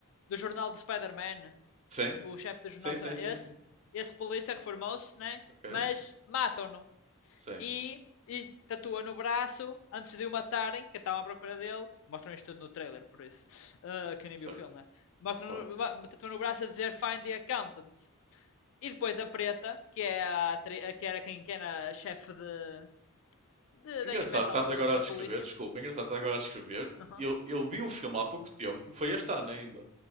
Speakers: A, on the left (about 60°); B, on the right (about 30°).
A: do jornal do Spider-Man,
B: Sim,
A: o chefe do jornal
B: sim,
A: Spider-Man.
B: sim, sim,
A: Esse,
B: sim, sim.
A: esse polícia reformou-se, né?
B: Ok?
A: Mas matam-no.
B: Sim,
A: E, e tatua no braço, antes de o matarem, que estavam à procura dele. Mostram isto tudo no trailer, por isso. Uh, quem nem
B: certo,
A: viu o filme, né? Mostram,
B: claro.
A: ma- tatua no braço a dizer Find the Accountant. E depois a Preta, que, é a, atri- a que era quem que era a chefe de, de-
B: Engraçado,
A: da inspeção
B: estás
A: de-
B: agora
A: da
B: a descrever,
A: polícia.
B: desculpa, engraçado, estás agora a descrever.
A: Uhum.
B: Eu, eu vi o filme há pouco tempo, foi este ano ainda.